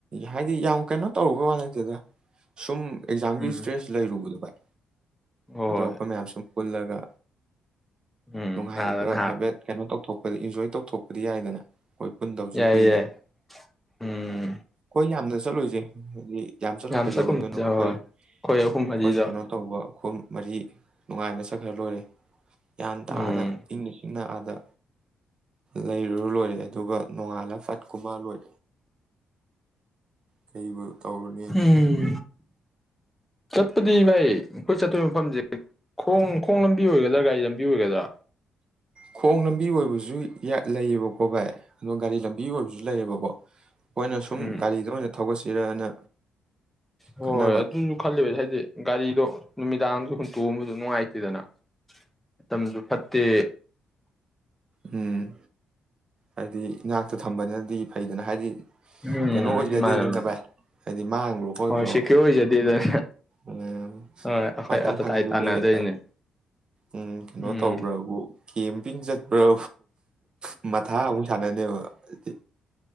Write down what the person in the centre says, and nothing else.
ꯎꯝ
ꯍꯣꯏ
ꯎꯝ
ꯑꯥꯗ ꯅꯍꯥꯛ
ꯌꯥꯏ
ꯌꯥꯏ ꯎꯝ
ꯆꯠꯀꯨꯝꯁꯦ
ꯍꯣꯏ
ꯑꯍꯨꯝ ꯃꯔꯤꯗ
ꯎꯝ
ꯎꯝ ꯆꯠꯄꯗꯤ ꯚꯥꯏ ꯑꯈꯣꯏ ꯆꯠꯇꯣꯏ ꯃꯐꯝꯖꯦ ꯈꯣꯡ ꯈꯣꯡ ꯂꯝꯕꯤ ꯑꯣꯏꯒꯗ꯭ꯔꯥ ꯒꯥꯔꯤ ꯂꯝꯕꯤ ꯑꯣꯏꯒꯗ꯭ꯔꯥ
ꯎꯝ
ꯍꯣꯏ
ꯑꯗꯨꯅꯨ ꯈꯜꯂꯤꯕ ꯍꯥꯏꯗꯤ ꯒꯥꯔꯤꯗꯣ ꯅꯨꯃꯤꯗꯥꯡꯖꯨ ꯍꯨꯟꯇꯣꯛꯑꯝꯕꯗꯨ ꯅꯨꯡꯉꯥꯏꯇꯦꯗꯅ ꯃꯇꯝꯖꯨ ꯐꯠꯇꯦ
ꯎꯝ
ꯃꯥꯅꯦ ꯃꯥꯅꯦ
ꯍꯣꯏ ꯁꯦꯀ꯭ꯌꯣꯔ ꯑꯣꯏꯖꯗꯦꯗꯅ
ꯍꯣꯏ ꯑꯩꯈꯣꯏ
ꯑꯇ
ꯇꯥꯏ ꯇꯥꯟꯅꯗꯣꯏꯅꯦ
ꯎꯝ